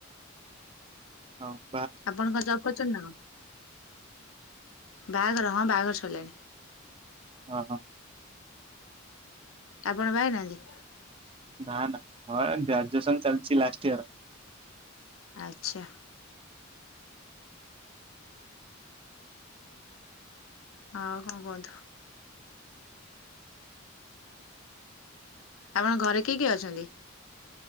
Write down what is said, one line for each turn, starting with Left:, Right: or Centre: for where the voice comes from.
Right: ଆଉ।
Left: ଆପଣଙ୍କ କଣ ଜବ୍ କରିଛନ୍ତି ନା କଣ, ବାହାଘର ହଁ ବାହାଘର ସରିଲାଣି।
Right: ଅହ।
Left: ଆପଣ ବାହା ହେଇନାହାନ୍ତି?
Right: ନା ନା ମୋର ଗ୍ରାଜୁଏସନ୍ ଚାଲିଚି ଲାଷ୍ଟ ଇୟର୍।
Left: ଆଚ୍ଛା। ଆଉ କଣ କୁହନ୍ତୁ। ଆପଣଙ୍କ ଘରେ କିଏ କିଏ ଅଛନ୍ତି?